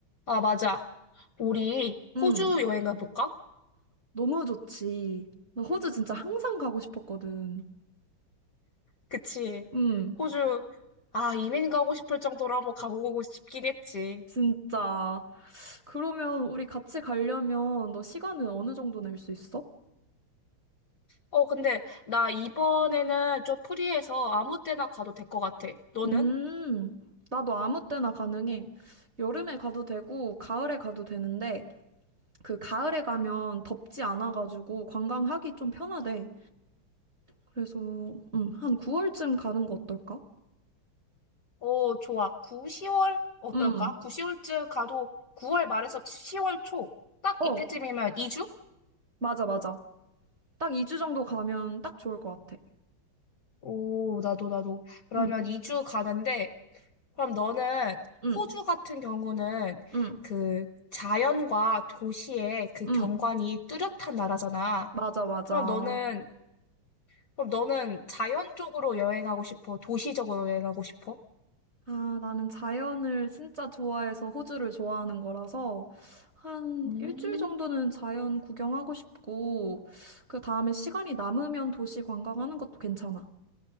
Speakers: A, on the left; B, on the right.
A: 아, 맞아. 우리
B: 응,
A: 호주 여행 가볼까?
B: 너무 좋지. 나 호주 진짜 항상 가고 싶었거든.
A: 그치.
B: 응,
A: 호주, 아, 이민 가고 싶을 정도로 한번 가보고 싶긴 했지.
B: 진짜. 그러면 우리 같이 가려면 너 시간은 어느 정도 낼 수 있어?
A: 어, 근데 나 이번에는 좀 프리해서 아무 때나 가도 될 것 같아. 너는?
B: 음, 나도 아무 때나 가능해. 여름에 가도 되고, 가을에 가도 되는데, 그 가을에 가면 덥지 않아가지고 관광하기 좀 편하대. 그래서, 음, 한 9월쯤 가는 거 어떨까?
A: 어, 좋아. 9, 10월 어떨까?
B: 음,
A: 9, 10월쯤 가도 9월 말에서 10월 초. 딱
B: 어,
A: 이때쯤이면 2주?
B: 맞아, 맞아. 딱 2주 정도 가면 딱 좋을 것 같아.
A: 오, 나도, 나도. 그러면
B: 응,
A: 2주 가는데, 그럼 너는
B: 응,
A: 호주 같은 경우는
B: 응.
A: 그 자연과 도시의 그
B: 응.
A: 경관이 뚜렷한 나라잖아.
B: 맞아, 맞아.
A: 그럼 너는 그럼 너는 자연 쪽으로 여행하고 싶어? 도시적으로 여행하고 싶어?
B: 아, 나는 자연을 진짜 좋아해서 호주를 좋아하는 거라서 한
A: 음.
B: 일주일 정도는 자연 구경하고 싶고 그 다음에 시간이 남으면 도시 관광하는 것도 괜찮아.